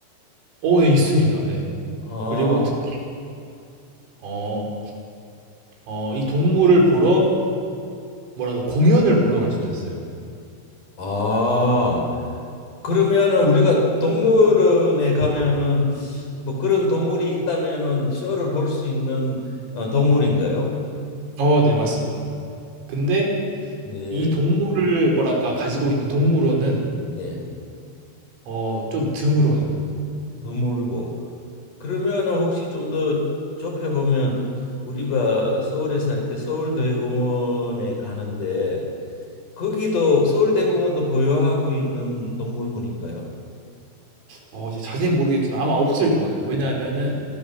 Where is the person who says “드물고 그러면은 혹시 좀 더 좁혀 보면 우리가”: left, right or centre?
Left